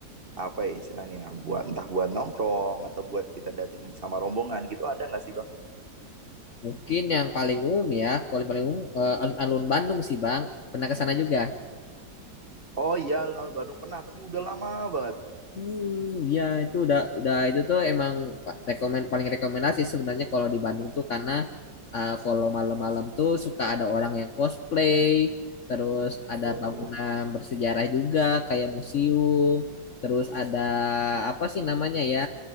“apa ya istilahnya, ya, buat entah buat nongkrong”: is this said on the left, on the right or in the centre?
Right